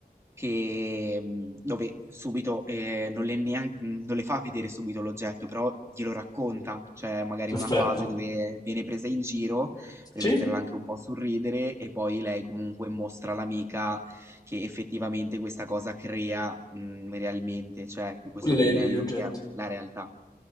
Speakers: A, on the right; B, on the left.
A: che, mhmm, dove subito, ehm, non le nean mhmm, non le fa vedere subito l'oggetto, però glielo racconta, cioè magari
B: perfetto.
A: una fase dove viene presa in giro, per
B: Sì,
A: metterla anche un po' a sorridere, e poi lei comunque mostra all'amica che effettivamente questa cosa crea, mhmm, realmente, cioè que questo
B: le,
A: pennello
B: gli oggetti.
A: crea la realtà.